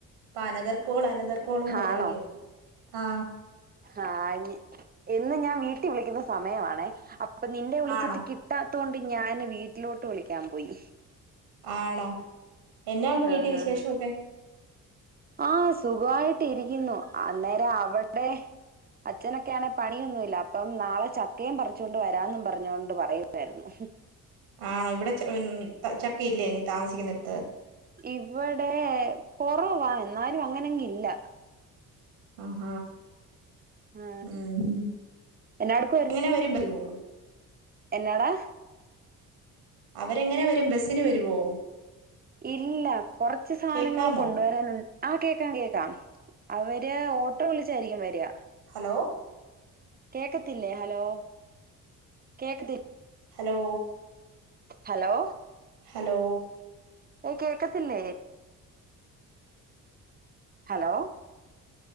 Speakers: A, on the right; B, on the right.
A: അപ്പൊ അനതർ കോൾ അന തർക്കോളന്ന് പറയുകയായിരുന്നു
B: ആണോ
A: ആ
B: ആ ഞ- എന്ന് ഞാൻ വീട്ടി വിളിക്കുന്ന സമയമാണേ അപ്പൊ നിന്നെ വിളിച്ചിട്ട്
A: ആണോ
B: കിട്ടാ ത്തോണ്ട് ഞാൻ വീട്ടിലോട്ട് വിളിക്കാൻ പോയി.
A: ആണോ. എന്നാ ഉണ്ട് വീട്ടിൽ
B: ആ ആ
A: വിശേഷൊക്കെ.
B: ആ ആ സുഖമായിട്ട് ഇരിക്കുന്നു. അന്നേരം അവിടെ അച്ഛനൊക്കെയാണെ പണിയൊന്നുമില്ല. അപ്പം നാളെ ചക്കയും പറിച്ചുകൊണ്ട് വരാന്നും പറഞ്ഞു കൊണ്ട് പറയുവായിരുന്നു.
A: ആണോ ഇവിടെ ച ചക്കയില്ലേ നീ താമസിക്കുന്നടത്ത്.
B: ഇവിടെ കുറവാ. എന്നാലും അങ്ങനങ്ങില്ല.
A: ആഹ
B: ആ
A: ഉം
B: എന്നാ എടുക്കുവായിരുന്നു
A: എങ്ങനെ വരും വരുവോ
B: എന്നാടാ
A: അവരെങ്ങനെ വരും ബസിന് വരുവോ?
B: ഇല്ല. കൊറച്ച് സാധനങ്ങൾ
A: കേക്കാമോ
B: കൊണ്ടുവരാനു ആ കേക്കാം കേൾക്കാം അവര് ഓട്ടോ വിളിച്ചായിരിക്കും വരാ.
A: ഹലോ
B: കേക്കത്തില്ലേ ഹലോ കേക്കത്തി
A: ഹലോ
B: ഹലോ
A: ഹലോ
B: ഏയ് കേക്കത്തില്ലേ? Hello